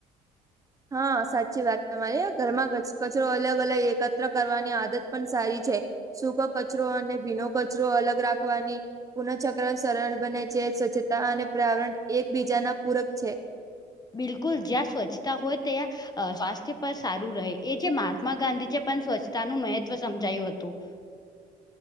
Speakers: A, on the right; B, on the left.
A: હા સાચી વાત તમારી ઘરમાં કચરો અલગ અલગ એકત્ર કરવાની આદત પણ સારી છે. સૂક કચરો અને ભીનો કચરો અલગ રાખવાની પુનઃચક્ર સરળ બને છે. સ્વચ્છતા અને પરવરણ એકબીજાના પૂરક છે.
B: બિલકુલ જ્યાં સ્વચ્છતા હોય ત્યાં સ્વાસ્થ્ય પર સારું રહે એ જે મહાત્મા ગાંધી જે પણ સ્વચ્છતાનું મહત્વ સમજાયું હતું.